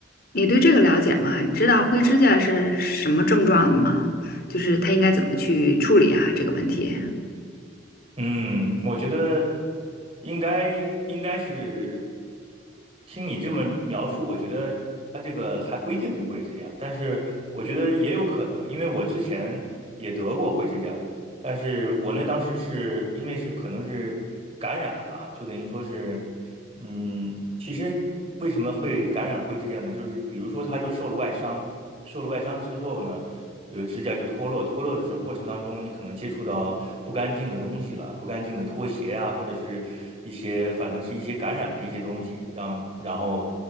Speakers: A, on the left; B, on the right.
A: 你对这个了解吗？你知道灰指甲是什么症状的吗？就是他应该怎么去处理啊这个问题？
B: 嗯，我觉得应该应该是听你这么描述，我觉得他这个还不一定是灰指甲，但是我觉得也有可能，因为我之前也得过灰指甲，但是我那当时是因为是可能是感染了，就等于说是。嗯，其实为什么会感染灰指甲呢？就是比如说，它就受了外伤，受了外伤之后呢，比如指甲就脱落，脱落的时候过程当中，你可能接触到不干净的东西了，不干净的拖鞋啊，或者是一些反正是一些感染的一些东西，让然后